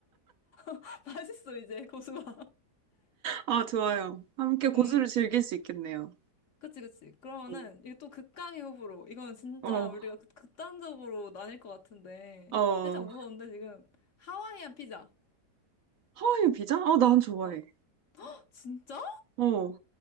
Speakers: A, on the left; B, on the right.
A: <laughs> 맛있어, 이제, 고수가.
B: 아, 좋아요. 함께 고수를
A: 응?
B: 즐길 수 있겠네요.
A: 그치, 그치. 그러면은,
B: 어,
A: 이게 또 극강의 호불호. 이건 진짜
B: 어,
A: 우리가 극- 극단적으로 나뉠 것 같은데.
B: 어.
A: 살짝 무서운데, 지금. 하와이안 피자.
B: 하와이안 피자? 아, 난 좋아해.
A: 어, 진짜?
B: 어,